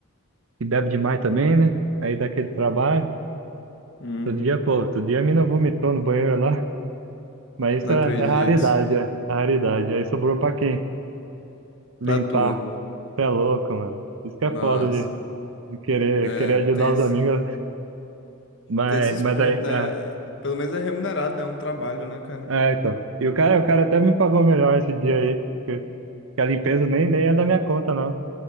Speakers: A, on the right; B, on the left.
A: que bebe demais também, né? Aí dá aquele trabalho.
B: Hum,
A: Todo dia, pô, outro dia a mina vomitou no banheiro lá. Mas
B: não
A: isso é,
B: acredito.
A: é raridade, é, é raridade. Aí sobrou pra quem? Limpar.
B: Pra tu.
A: Você é louco, mano. Isso que é
B: Nossa.
A: foda de, de querer,
B: É,
A: querer ajudar
B: tem, esse-
A: os amigos. Mas,
B: tem esses
A: mas
B: pontos,
A: daí,
B: né?
A: é,
B: Pelo menos é remunerado, né? É um trabalho, né, cara?
A: é, então. E o cara, o cara até me pagou melhor esse dia aí. Que a limpeza nem, nem é da minha conta, não.